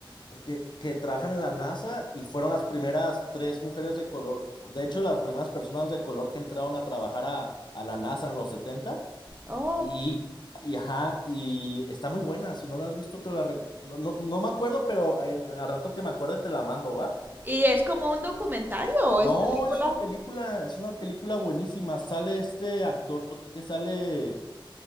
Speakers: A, on the left; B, on the right.
A: pues, que, que trabajan en la NASA y fueron las primeras tres mujeres de color, de hecho, las primeras personas de color que entraron a trabajar a, a la NASA en los 70
B: Oh,
A: y, y, ajá, y está muy buena, si no la has visto, te la rec- no, no no me acuerdo, pero en- al rato que me acuerde te la mando, ¿va?
B: ¿y es como un documentario o
A: No,
B: es película?
A: es una película, es una película buenísima, sale este actor que sale,